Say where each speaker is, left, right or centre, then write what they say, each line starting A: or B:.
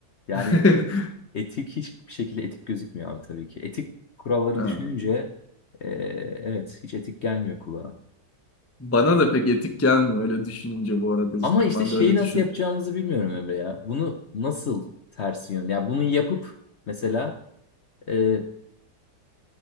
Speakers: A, on the left (about 55°); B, on the left (about 20°).
A: yani
B: <laughs>
A: etik hiçbir şekilde etik gözükmüyor abi tabii ki. Etik kuralları
B: Ha.
A: düşününce e, evet hiç etik gelmiyor kulağa.
B: Bana da pek etik gelmiyor öyle düşününce bu arada cidden.
A: Ama işte
B: Ben
A: şeyi
B: de öyle
A: nasıl
B: düşün.
A: yapacağımızı bilmiyorum Emre ya. Bunu nasıl tersi yön? Ya bunu yapıp mesela e,